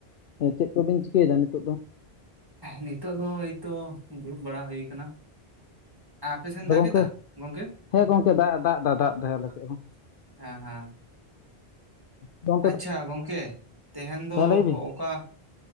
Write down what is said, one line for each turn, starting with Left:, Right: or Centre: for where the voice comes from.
Left: ᱪᱮᱫ ᱠᱚᱵᱤᱱ ᱪᱤᱠᱟᱹᱭ ᱫᱟ ᱱᱤᱛᱳᱜ ᱫᱚ?
Right: ᱱᱤᱛᱳᱜ ᱫᱚ ᱦᱳᱭᱛᱚ ᱫᱩᱲᱩᱵ ᱵᱟᱲᱟ ᱦᱩᱭ ᱠᱟᱱᱟ᱾ ᱟ ᱟᱯᱮᱥᱮᱱ
Left: ᱟᱫᱚ
Right: ᱫᱟᱜᱮᱫᱟ
Left: ᱜᱚᱝᱠᱮ
Right: ᱜᱚᱝᱠᱮ?
Left: ᱦᱮᱸ ᱜᱚᱝᱠᱮ ᱫᱟᱜ
Right: ᱦᱚᱸ
Left: ᱫᱟ
Right: ᱫᱟᱜ
Left: ᱫᱟᱭ
Right: ᱠᱟᱫᱟᱭ
Left: ᱟᱞᱮ
Right: ᱫᱟᱜ
Left: ᱥᱮᱫ
Right: ᱫᱚ᱾
Left: ᱦᱚᱸ
Right: ᱟᱸ ᱦᱟᱸ
Left: ᱫᱚ
Right: ᱟᱪᱪᱷᱟ ᱜᱚᱝᱠᱮ ᱛᱮᱦᱮᱧ ᱫᱚ
Left: ᱞᱟᱹᱭ ᱵᱤᱱ
Right: ᱚᱠᱟ,